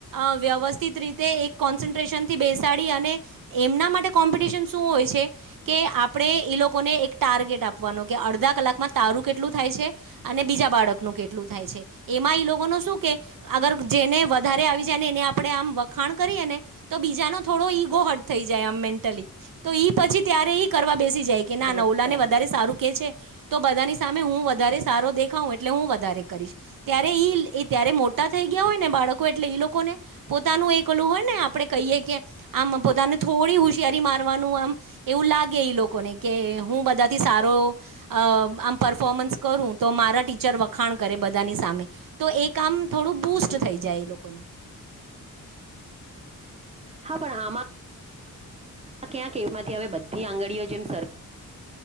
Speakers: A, on the right (about 70°); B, on the right (about 20°).
A: એ વ્યવસ્થિત રીતે એ કોન્સેન્ટ્રેશન થી બેસાડી અને એમના માટે કોમ્પિટશન શું હોય છે કે આપણે એ લોકોને ટારગેટ આપવાનો કે અડધા કલાકમાં તારું કેટલું થાય છે અને બીજા બાળકનું કેટલું થાય છે એમાં ઇ લોકોનો શું કે અગર જેને વધારે આવી જાય ને એને આપણે આમ વખાણ કરીએ ને તો બીજાનો થોડો ઈગો હર્ટ થઈ જાય આમ મેન્ટલી તો ઈ પછી ત્યારે ઈ કરવા બેસી જાય કે ના નવલા
B: અચ્છા
A: ને વધારે સારું કે છે તો બધાની સામે હું વધારે સારો દેખાવ એટલે હું વધારે કરીશ ત્યારે ઈ ત્યારે મોટ ટા થઈ ગયા હોયને બાળકો એટલે ઈ લોકોને પોતાનું એક ઓલું હોય ને આપ આપણે કહીએ કે આમ પોતાને થોડી હોશિયારી મારવાનું આમ એવું લાગે ઈ લોકોને કે હું બધાથી સારો અ આમ પરફોમન્સ કરું તો મારા ટીચર વખાણ કરે બધાની સામે તો એ કામ થોડું બુસ્ટ થઈ જાય એ લોકોને
B: હા પણ આમાં આ ક્યાંક એમાંથી હવે બધી આંગળીઓ જેમ સર